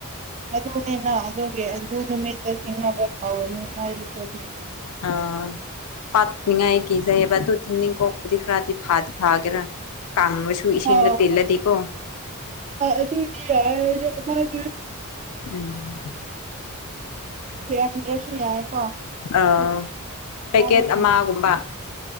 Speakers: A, on the right; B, on the left.
A: ꯑꯗꯨꯅꯦꯅ ꯑꯗꯨꯗꯒꯤ ꯑꯗꯨ ꯑꯗꯨ ꯅꯨꯃꯤꯠꯇ ꯁꯤꯅꯕꯕꯅꯤ ꯍꯥꯏꯔꯤ ꯑꯗꯨ
B: ꯑꯥ ꯄꯥꯅꯤꯡꯉꯥꯏ ꯀꯤꯖꯩꯑꯕ ꯑꯗꯨ ꯅꯤꯡꯀꯣꯛꯄꯗꯤ ꯈꯔꯗꯤ ꯐꯥꯗꯤ ꯐꯥꯒꯦꯔꯥ ꯀꯥꯡꯕꯁꯨ ꯏꯁꯤꯡꯗ
A: ꯑꯣ
B: ꯇꯤꯜꯂꯗꯤꯀꯣ
A: ꯑꯗꯨꯗꯤ ꯌꯥꯏ ꯑꯗꯨ ꯍꯣꯏ
B: ꯎꯝ
A: ꯁꯦꯝꯗ꯭ꯔꯁꯨ ꯌꯥꯏꯦꯀꯣꯥꯕ
B: ꯑ ꯄꯦꯀꯦꯠ
A: ꯐ
B: ꯑꯃꯒꯨꯝꯕ